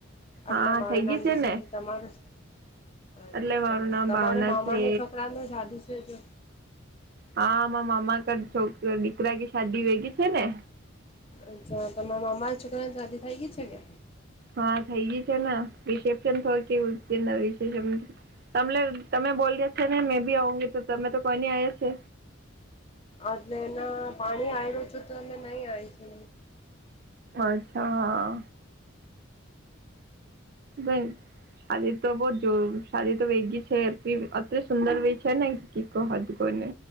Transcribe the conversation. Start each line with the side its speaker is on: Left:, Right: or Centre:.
Left: અટલે
Right: હા
Left: મારું
Right: થઈ ગઈ
Left: નામ
Right: છે
Left: દિશા
Right: ને
Left: તમારું શ. અચ્છા.
Right: એટલે મારું નામ
Left: તમારે
Right: ભાવના
Left: મામાને
Right: છે
Left: છોકરાને શાદી છે કે?
Right: હા માર મામા કર છોકરા દીકરા કે શાદી વેગી છે ને.
Left: અચ્છા, તમાર મામા છોકરાન શાદી થઇ ગઈ છે કે?
Right: હા થઈ ગઈ છે ને. રિસેપ્શન થો કે ઉસ દિન રિસેપ્શન તમલે તમે બોલ્યો છે ને મેં ભી આઉંગી તો તમે તો કોઈ ની આયા છે.
Left: અટલે એના પાણી આઈ રયું છે તો અમે નઈ આઈ છે.
Right: અચ્છા હા. ભઈ શાદી તો બોઉ જોર, શાદી તો વેગી છે પિમ અતિસુંદર વી છે ને કી કો હદ કોને!